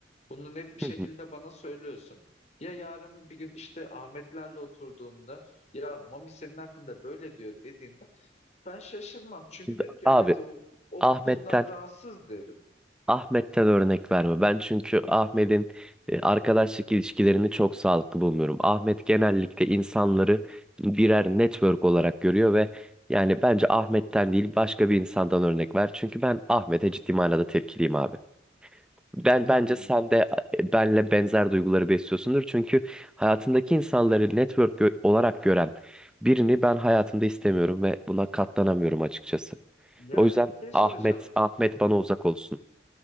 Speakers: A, on the left (about 35°); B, in the centre.
A: Bunu net bir şekilde
B: Hı hı.
A: bana söylüyorsun. Ya yarın bir gün işte Ahmetlerle oturduğumda ya Mami senin hakkında böyle diyor dediğinde ben şaşırmam. Çünkü
B: Şimdi
A: derim ki evet
B: abi
A: o, o
B: Ahmet'ten
A: bundan rahatsız derim.
B: Ahmet'ten örnek verme. Ben çünkü Ahmet'in e, arkadaşlık ilişkilerini çok sağlıklı bulmuyorum. Ahmet genellikle insanları birer network olarak görüyor ve yani bence Ahmet'ten değil başka bir insandan örnek ver. Çünkü ben Ahmet'e ciddi manada tepkiliyim abi. Ben
A: Hmm.
B: bence sen de e, benle benzer duyguları besliyorsundur. Çünkü hayatındaki insanları network gö- olarak gören birini ben hayatımda istemiyorum ve buna katlanamıyorum açıkçası.
A: Yani
B: O yüzden
A: bir şey soracağım.
B: Ahmet Ahmet bana uzak olsun.